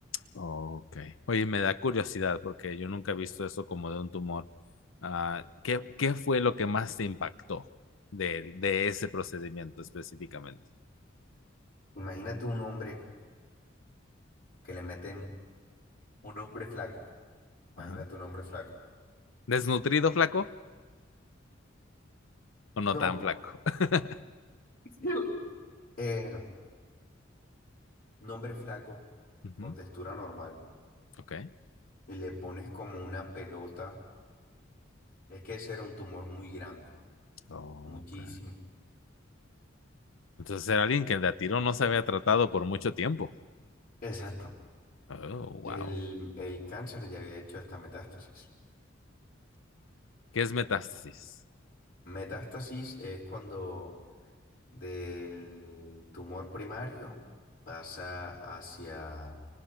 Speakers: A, on the left; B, on the left.
A: Ok. Oye, me da curiosidad porque yo nunca he visto eso como de un tumor. Ah, ¿qué, qué fue lo que más te impactó de, de ese procedimiento específicamente?
B: Imagínate un hombre que le meten un hombre flaco, imagínate
A: Ajá.
B: un hombre flaco.
A: ¿Desnutrido, flaco o no
B: No,
A: tan flaco? <laughs>
B: <laughs> eh, un hombre flaco
A: Ujú.
B: con textura normal
A: Ok.
B: y le pones como una pelota, es que ese era un tumor muy grande
A: Ok.
B: Muchísimo.
A: Entonces era alguien que el de a tiro no se había tratado por mucho tiempo.
B: Exacto.
A: Oh,
B: El,
A: wow.
B: el cáncer ya había hecho esta metástasis.
A: ¿Qué es metástasis?
B: Metástasis es cuando del tumor primario pasa hacia